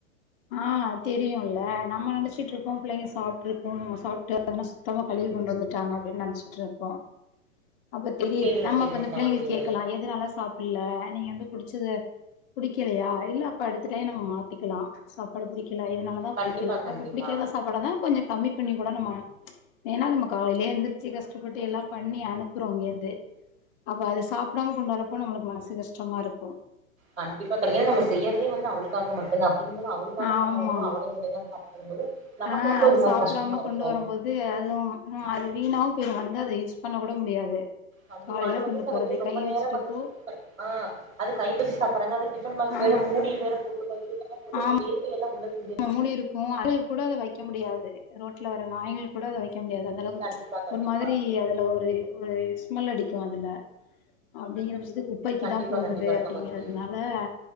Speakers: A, on the left; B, on the right.
A: அ தெரியும்ல நம்ம நெனச்சுட்டு இருப்போ பிள்ளைங்க சாப்டுருக்கு நம்ம சாப்ட்டு அதனா சுத்தமா கழுவி கொண்டு வந்துட்டாங்க அப்டின்னு நெனச்சுட்டு இருப்போ அப்ப தெரியுது
B: சேரிங்க
A: நம்ம
B: சேரிங்க
A: அந்த
B: சகோதரி
A: பிள்ளைங்கள கேட்கலா எதுனால சாப்புடல நீங்க வந்து புடிச்சத புடிக்கலயா இல்ல அப்ப அடுத்த டைம் நம்ம மாத்திக்கலா சாப்பாடு பிடிக்கல இதனால த
B: கண்டிப்பா
A: புடிக்கல
B: கண்டிப்பா
A: அப்பப்பிடிக்காத சாப்பாடா இருந்தா கொஞ்ச கம்மி பண்ணி கூட நம்ம ஏன்னா நம்ம காலையிலயே எந்திருச்சு கஷ்டப்பட்டு எல்லா பண்ணி அனுப்புறோ இங்கருந்து அப்ப அத சாப்டாம கொண்டு வரப்ப நம்மளுக்கு மனசு கஷ்டமா இருக்கு
B: கண்டிப்பா தோழி ஏன்ணா நம்ம செய்யறதே வந்து அவளுக்காக மட்டும்த அப்டிங்க போது அவளுக்காக
A: ஆமா
B: பண்ண உணுவு அவளே <unintelligible> வரும் போது நமக்கு
A: ஆ
B: வந்து
A: அது
B: ஒரு மாரி
A: சாப்டாம
B: கஷ்டமா இருக்கு
A: கொண்டு வரும் போது து அதுவும் அது வீணாவும் போயிரும் வந்து அத யூஸ் பண்ண கூட முடியாது
B: கண்டிப்பா
A: காலைல
B: அது வந்து
A: கொண்டு
B: சகோதரி
A: போறது
B: ரொம்ப
A: கை
B: நேர
A: வச்சுட்டப்போ
B: வந்துட்டு ஆ அது கை வச்சு சாப்டுறாங்க அது டிஃபன் பாக்ஸ்
A: ஆ
B: வேற மூடி வேற போட்டு <unintelligible> போட்டு
A: ஆமா
B: வேர்வை எல்லாம் உ
A: மூடி இருக்கும் அடில் கூட அத வைக்க முடியாது ரோட்ல வர நாய்ங்களுக்கு கூட அத வைக்க முடியாது அந்தளவுக்கு
B: கண்டிப்பா கண்டிப்பா
A: ஒரு மாதிரி அதுல ஒரு ஒரு ஸ்மெல் அடிக்கும் அதுல அப்டிங்கிற பட்சத்துக்கு குப்பைக்கு
B: கண்டிப்பா
A: தா போகுது
B: கண்டிப்பா
A: அப்டிங்கறதுனால
B: சகோதரி
A: ல